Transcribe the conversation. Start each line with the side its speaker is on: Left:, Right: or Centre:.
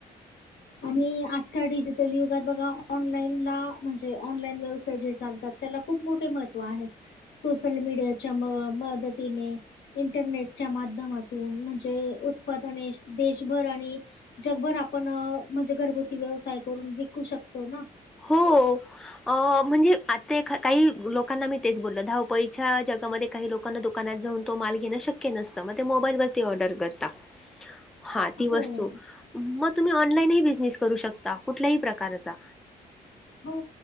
Left: आणि आजच्या डिजिटल युगात बघा ऑनलाईन ला म्हणजे ऑनलाईन व्यवसाय जे चालतात त्याला खूप मोठे महत्त्व आहे सोशल मीडियाच्या म मदतीने इंटरनेटच्या माध्यमातून म्हणजे उत्पादने देशभर आणि जगभर आपण म्हणजे घरगुती व्यवसाय करून विकू शकतो ना
Centre: हो अ म्हणजे आता काही लोकांना मी तेच बोलल धावपळीच्या जगामध्ये काही लोक लोकांना दुकानात जाऊन तो माल घें शक्य नसतं मग ते मोबाईलवरती ऑर्डर करता
Left: <inaudible>
Centre: हा ती वस्तू
Left: हो
Centre: मग तुम्ही ऑनलाईनही बिझनेस करू शकता कुठल्याही प्रकारचा
Left: हो